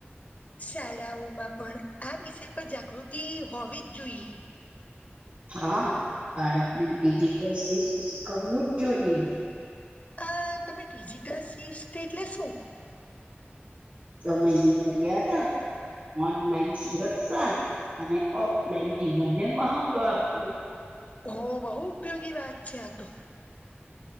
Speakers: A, on the left (about 40°); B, on the right (about 35°).
A: શાળાઓમાં પણ આ વિષય પર જાગૃતિ હોવી જ જોઈએ.
B: હા બાળકને ડિજિટલ શિસ્ત શીખવવું જ જોઈએ.
A: આ તમે ડિજિટલ શિસ્ત એટલે શું?
B: સમયની મર્યાદા. ઓનલાઈન સુરક્ષા અને ઓફલાઈન જીવનને મહત્વ આપવું.
A: હો બહુ ઉપયોગી વાત છે આ તો,